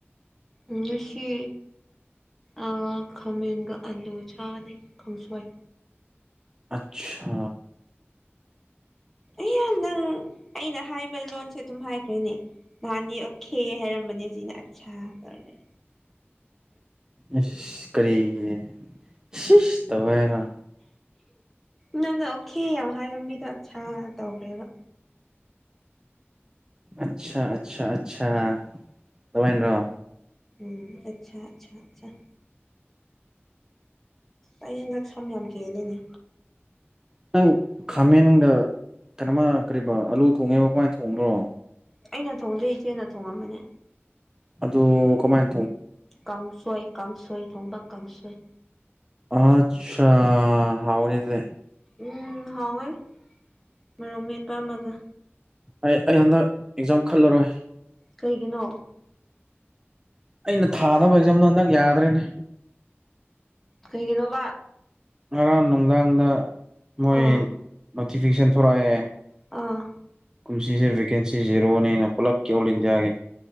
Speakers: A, in the centre; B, on the right.
A: ꯉꯁꯤ ꯑꯥ ꯈꯥꯃꯦꯟꯒ ꯑꯂꯨ ꯆꯥꯒꯅꯤ ꯀꯥꯡꯁꯣꯏ
B: ꯑꯁꯥ
A: ꯑꯌꯥ ꯅꯪ ꯑꯩꯅ ꯍꯥꯏꯕ ꯂꯣꯟꯁꯦ ꯑꯗꯨꯝ ꯍꯥꯏꯈ꯭ꯔꯦꯅꯦ ꯅꯍꯥꯟꯗꯤ ꯊꯤꯌꯦ ꯍꯥꯏꯔꯝꯕꯅꯦ ꯍꯧꯖꯤꯛꯅ ꯑꯠꯁꯥ ꯇꯧꯔꯒ
B: ꯑꯁ ꯀꯔꯤꯒꯤ ꯁꯤꯁꯇꯧꯋꯦ ꯍꯥꯏꯔꯣ
A: ꯅꯪꯅ ꯑꯣꯈꯦ ꯌꯥꯝ ꯍꯥꯏꯕ ꯃꯤꯗꯣ ꯑꯠꯁꯥ ꯇꯧꯈ꯭ꯔꯦꯕ
B: ꯑꯠꯁꯥ ꯑꯠꯁꯥ ꯑꯠꯁꯥ ꯑꯗꯨ ꯃꯥꯏꯅꯔꯣ
A: ꯎꯝ ꯑꯠꯁꯥ ꯑꯠꯁꯥ ꯑꯠꯁꯥ ꯑꯩ ꯍꯟꯗꯛ ꯁꯝ ꯌꯥꯝ ꯀꯦꯂꯦꯅꯦ
B: ꯅꯪ ꯈꯥꯃꯦꯟꯗ ꯀꯩꯅꯣꯃ ꯀꯔꯤ ꯑꯂꯨ ꯊꯣꯡꯉꯦꯕ ꯀꯃꯥꯏꯅ ꯊꯣꯡꯕ꯭ꯔꯣ
A: ꯑꯩꯅ ꯊꯣꯡꯗꯣꯏ ꯏꯆꯦꯅ ꯊꯣꯡꯉꯝꯕꯅꯦ
B: ꯑꯗꯨ ꯀꯃꯥꯏ
A: ꯀꯥꯡꯁꯣꯏ ꯀꯥꯡꯁꯣꯏ ꯊꯣꯝꯕ ꯀꯥꯡꯁꯣꯏ
B: ꯑꯆꯥ ꯍꯥꯎꯅꯤꯁꯦ
A: ꯎꯝ ꯍꯥꯎꯋꯦ ꯃꯔꯣꯛ ꯃꯦꯠꯄꯝꯃꯒ
B: ꯑꯩ ꯑꯩ ꯍꯟꯗꯛ ꯑꯦꯛꯖꯥꯝ ꯈꯜꯂꯔꯣꯏ
A: ꯀꯩꯒꯤꯅꯣ
B: ꯑꯩꯅ ꯊꯥꯗꯕ ꯑꯦꯛꯖꯥꯝꯗꯣ ꯍꯟꯗꯛ ꯌꯥꯗ꯭ꯔꯔꯤꯅꯦ
A: ꯀꯩꯒꯤꯅꯣꯕ
B: ꯉꯔꯥꯡ ꯅꯨꯡꯗꯥꯡꯗ ꯃꯣꯏ
A: ꯑꯥ
B: ꯅꯣꯇꯤꯐꯤꯀꯦꯁꯟ ꯊꯣꯛꯣꯔꯛꯑꯦ
A: ꯑꯥ
B: ꯀꯨꯝꯁꯤꯁꯦ ꯚꯦꯀꯦꯟꯁꯤ ꯖꯦꯔꯣꯅꯦꯅ ꯄꯨꯜꯂꯞꯀꯤ ꯑꯣꯜ ꯏꯟꯗꯤꯌꯥꯒꯤ